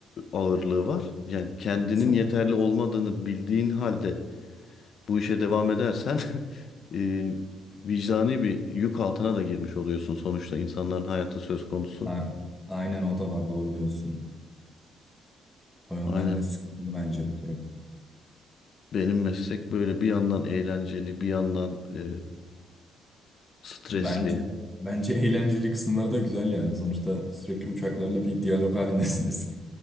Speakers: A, on the left (about 45°); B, in the centre.
A: ağırlığı var. Yani kendinin
B: Nasıl?
A: yeterli olmadığını bildiğin halde bu işe devam edersen <laughs> e, vicdani bir yük altına da girmiş oluyorsun sonuçta insanların hayatı söz konusu.
B: A- aynen o da var doğru diyorsun. O yönden
A: Aynen
B: de sıkıntılı bence bir durum.
A: benim meslek böyle bir yandan eğlenceli bir yandan e, stresli.
B: Bence bence eğlenceli kısımları da güzel yani. Sonuçta sürekli uçaklarla bir diyalog halindesiniz.